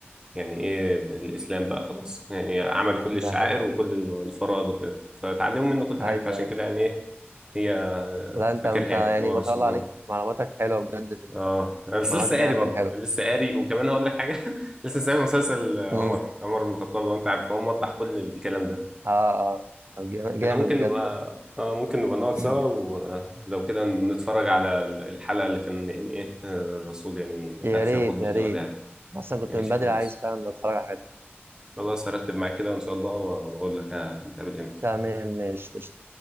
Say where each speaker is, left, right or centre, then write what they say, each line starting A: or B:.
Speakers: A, on the right; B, on the right.
A: يعني إيه ال- الإسلام بقى خلاص يعني عمل كل
B: ده
A: الشعائر
B: حقيقي
A: وكل الفرائض وكده فتعلموا منه كل حاجة
B: ايوه
A: فعشان
B: أيوة.
A: كده يعني إيه هي
B: لا انت
A: فاكرها
B: انت
A: يعني
B: يعني
A: هو
B: ما
A: الرسول
B: شاء الله عليك
A: اه
B: معلوماتك حلوه بجد في ال-
A: اه أنا بس
B: المعلومات
A: لسه قاري
B: دي عندك
A: برضه
B: حلوه
A: يعني لسه قاري وكمان هقول لك حاجه <laughs> لسه سامع مسلسل عمر
B: امم
A: عمر بن الخطاب لو انت عارفه هو موضح كل الكلام ده
B: اه آه. طب جامد جامد
A: احنا ممكن
B: بجد
A: نبقى
B: والله
A: اه ممكن نبقى نقعد سوا
B: <clears throat>
A: ولو كده نتفرج على الحلقه اللي كان يعني ايه آه، الرسول يعني
B: يا
A: قال فيها
B: ريت
A: خطبه
B: يا ريت
A: الوداع دي
B: اصلا كنت
A: ماشي
B: من بدري
A: خلاص
B: عايز فعلا اتفرج على الحاجات دي
A: خلاص هرتب معاك كده ان شاء الله واقول لك هنتقابل امتى
B: تمام ماشي قشطة.